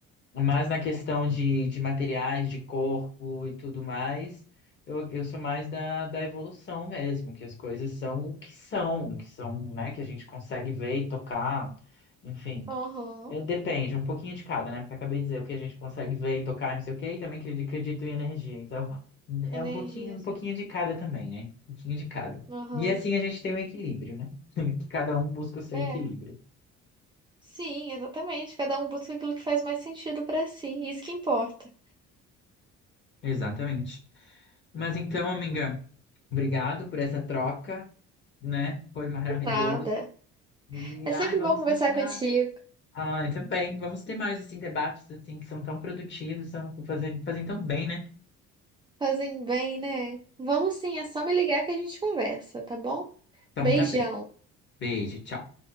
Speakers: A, on the left; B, on the right.
A: Mas na questão de, de materiais, de corpo e tudo mais, eu, eu sou mais da, da evolução mesmo, que as coisas são o que são, que são, né, que a gente consegue ver e tocar, enfim.
B: aham.
A: É, Depende, um pouquinho de cada, né? Porque eu acabei de dizer o que a gente consegue ver e tocar, não sei o quê, e também acredito, acredito em energia. Então, <laughs> é
B: Energia,
A: um pouquinho, um
B: assim.
A: pouquinho de cada também, né? Um pouquinho de cada.
B: Aham.
A: E assim a gente tem o equilíbrio, né? <laughs> Que cada um busca o seu
B: É.
A: equilíbrio.
B: Sim, exatamente. Cada um busca aquilo que faz mais sentido pra si. Isso que importa.
A: Exatamente. Mas então, amiga, obrigado por essa troca, né? Foi maravilhoso.
B: Nada.
A: E
B: É
A: ai,
B: sempre
A: vamos
B: bom conversar
A: continuar.
B: contigo.
A: Ai, também. Vamos ter mais assim debates assim que são tão produtivos, são fazem, fazem tão bem, né?
B: Fazem bem, né? Vamos sim, é só me ligar que a gente conversa, tá bom?
A: Então
B: Beijão.
A: tá bem. Beijo, tchau.